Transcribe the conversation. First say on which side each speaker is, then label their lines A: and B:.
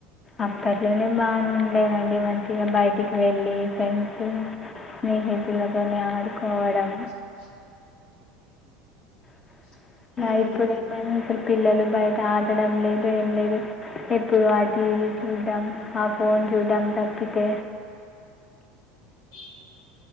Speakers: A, on the left; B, on the left.
A: అప్పట్లోనే బావుండె అండి మంచిగా బయటికి వెళ్ళి ఫ్రెండ్స్ స్నేహితులతోని ఆడుకోవడం
B: <inaudible>
A: <unintelligible>
B: హ్మ్
A: పిల్లలు బయట ఆడడం లేదు ఏం లేదు ఎప్పుడు ఆ టీవీ చూడ్డం ఆ ఫోన్ చూడ్డం తప్పితే
B: ఏ